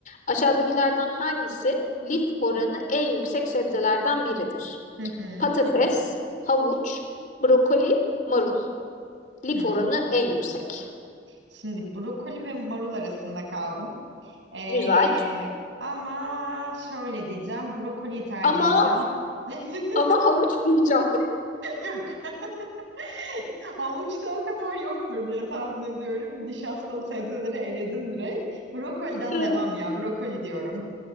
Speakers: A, on the left; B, on the right.
A: Aşağıdakilerden hangisi lif oranı en yüksek sebzelerden biridir?
B: Hı hı.
A: Patates, havuç, brokoli, marul. Lif
B: Hı.
A: oranı en yüksek.
B: Şimdi brokoli ve marul arasında kaldım. Ee,
A: Güzel.
B: ama şöyle diyeceğim. Brokoliyi tercih
A: Ama
B: edeceğim. <laughs>
A: ama havuç diyeceğim.
B: Yok. <laughs> Havuçta o kadar yoktur diye tahmin ediyorum. Nişastalı sebzeleri eledim direkt. Brokoliden
A: <laughs>
B: devam ya. Brokoli diyorum.